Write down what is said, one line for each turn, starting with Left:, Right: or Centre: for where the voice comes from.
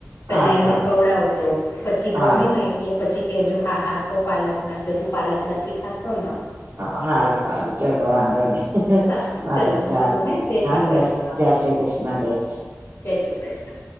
Left: પેલા
Right: હારું
Left: એમને
Right: હારું
Left: ખવડાવોજો પછી
Right: હારું
Left: ગમે નયે એટલે પછી કેજો હા હા તો પાલક ના છે તું પાલક નથી ખાતો ન.
Right: હા હારું હારું. ચલો વાંધો નહી
Left: સારું
Right: વાંધો
Left: ચલો
Right: ચાલ
Left: મૂકું હે જય શ્રી કૃષ્ણ
Right: <unintelligible> જય શ્રી કૃષ્ણ જય શ્રી
Left: જય શ્રી કૃષ્ણ.